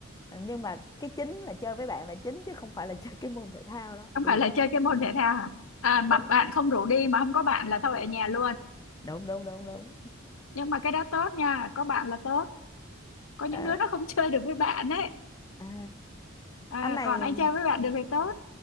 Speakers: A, on the left (about 20°); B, on the left (about 80°).
A: nhưng mà cái chính là chơi với bạn là chính chứ không phải là <laughs> chơi cái môn thể thao đó
B: không
A: chị
B: phải
A: hiểu
B: là
A: không
B: chơi cái môn thể thao hả à
A: đúng
B: mà bạn
A: không?
B: không rủ đi mà không có bạn là thôi ở nhà luôn
A: đúng đúng đúng đúng
B: nhưng mà cái đó tốt nha có bạn là tốt có những
A: Ờ,
B: đứa nó không <laughs> chơi được với bạn ấy
A: à,
B: à,
A: anh này
B: còn anh chơi với bạn được thì tốt